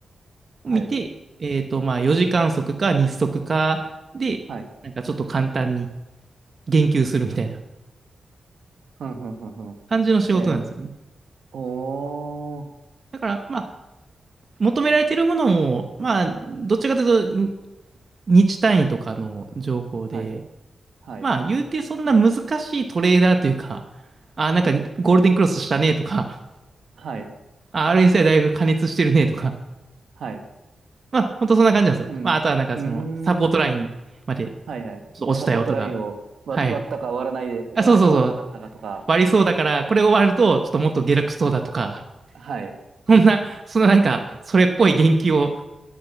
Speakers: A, on the right; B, on the right.
A: 見て、
B: はい。
A: えっと、まあ4時間足か日足かで、
B: はい。
A: なんかちょっと簡単に言及するみたいな
B: ふんふんふんふん。
A: 感じの仕事なんですよね。
B: えー、おー。
A: だから、まあ、求められているものも、まあ、どっちかというと、に日単位とかの情報で、
B: はい。はい。
A: まあ、言うてそんな難しいトレーダーというか、あ、なんかゴールデンクロスしたねとか、
B: はい。
A: あ RSI だいぶ加熱してるねとか、
B: はい。
A: まあ、ほんとそんな感じなんですよ。
B: うん。
A: まあ、あとはなんかその、
B: うー
A: サポートラインまでちょ
B: ん。はいはい。
A: っと落ちたよとか、
B: サポートラインを割、
A: はい。
B: 割ったか割らないで、
A: あ、
B: わ割らなかったかとか。
A: そうそうそう、割りそうだから、これ終わると、ちょっともっと下落しそうだとか、
B: はい。
A: そんな、そのなんか、それっぽい言及を、